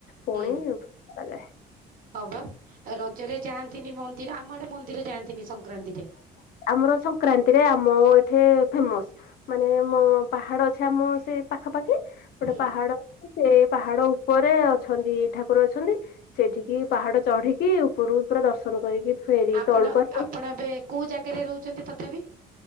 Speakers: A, on the left; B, on the right.
A: ଫୋଣ
B: ହୁଁ
A: ଉପାଏ। <unintelligible>
B: ହଁ ବା ରଜରେ ଯାଆନ୍ତିନି ମନ୍ଦିର ଆମ ଆଡେ ମନ୍ଦିର ଯାଆନ୍ତିନି ସଂକ୍ରାନ୍ତିରେ।
A: ଆମର ସଂକ୍ରାନ୍ତିରେ ଆମ ଏଠି ଫେମସ। ମାନେ ମୋ ପାହାଡ ଅଛି ଆମ ସେ ପାଖାପାଖି ଗୋଟେ
B: ହୁଁ
A: ପାହାଡ ସେ ପାହାଡ ଉପରେ ଅଛନ୍ତି ଠାକୁର ଅଛନ୍ତି। ସେଠିକି ପାହାଡ ଚଢିକି ଉପରକୁ ପୁରା ଦର୍ଶନ କରିକି ଫେରି
B: ଆପଣ
A: ତଳକୁ ଆସନ୍ତି।
B: ଆପଣ ଏବେ କୋଉ ଜାଗାରେ ରହୁଛନ୍ତି ତଥାପି।